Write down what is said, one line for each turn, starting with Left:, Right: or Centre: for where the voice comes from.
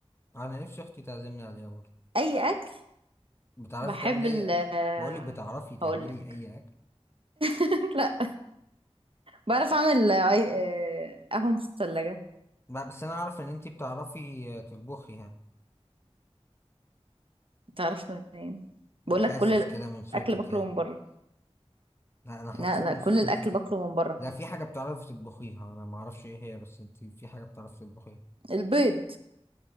Left: انا نفسي اختي تعزمني عليها برضو
Right: اي اكل
Left: بتعرفي
Right: بحب
Left: تعملي
Right: ال
Left: اي اكل
Right: آه،
Left: بقولك بتعرفي تعملي
Right: هقول لك
Left: اي اكل
Right: <laughs> لا بعرف اعمل آي- آه، قهوة مثلجة
Left: لا بس انا اعرف ان انتي بتعرفي آه، تطبخي يعني
Right: تعرف منين
Left: انا
Right: بقول
Left: حاسس
Right: لك كل
Left: كده من صوتك
Right: الاكل باكله
Left: يعني
Right: من بره
Left: لا انا حسيت
Right: لا لا
Left: من
Right: كل
Left: صوتك
Right: الاكل
Left: إن انت بتاع...
Right: باكله من بره
Left: لا في حاجه بتعرفي تطبخيها انا ما اعرفش ايه هي بس انت في حاجه بتعرفي تطبخيها
Right: البيض